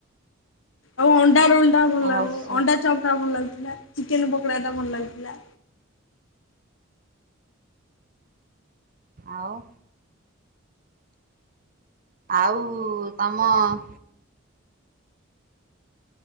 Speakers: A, on the left; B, on the right.
A: ଆଉ ଅଣ୍ଡା ରୋଲ ଟା ଭଲ
B: ଓହୋ
A: ଲାଗୁ
B: ସେ
A: ଅଣ୍ଡା ଚପ୍ ଟା ଭଲ ଲାଗୁଥୁଲା ଚିକେନ ପକୋଡା ଟା ଭଲ ଲାଗୁଥୁଲା।
B: ଆଉଁ। ଆଉ ତମ କଣ?